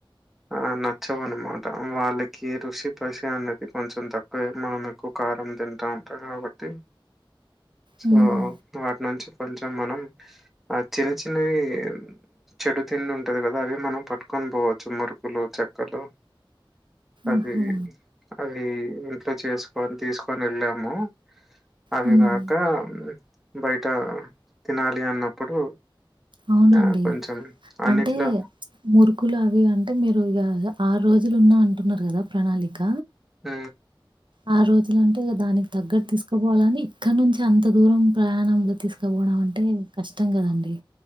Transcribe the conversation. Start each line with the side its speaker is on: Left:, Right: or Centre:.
Centre: ఆ నచ్చవన్నమాట వాళ్ళకి ఋషి పసి అనేది కొంచెం తక్ వే మనం ఎక్కువ కారం తింటా ఉంటాం కాబట్టి సో
Right: హ్మ్.
Centre: వాటి నుంచి కొంచెం మనం ఆ చిన్న చిన్నవి చెడు తిండి ఉంటది కదా అవి మనం పట్టుకొని పోవచ్చు మురుకులు చెక్కలు అది
Right: ఆహా!
Centre: అవి ఇంట్లో చేస్కొని తీస్కొని వెళ్ళాము అవిగా
Right: హ్మ్.
Centre: క బయట తినాలి అన్నప్పుడు
Right: అవునండి.
Centre: ఆ కొంచెం అన్నిట్లో
Right: అంటే మురుకులు అవి అంటే మీరు ఇగ ఆర్ రోజులు ఉన్నా అంటున్నారు కదా ప్రణాళిక
Centre: ఊ
Right: ఆర్ రోజులు అంటే ఇగ దానికి తగ్గట్ తీస్కపోవాలని ఇక్కడ నుంచి అంత దూరం ప్రయాణంలో తీస్ తీస్కపోవడమంటే కష్టం కదండి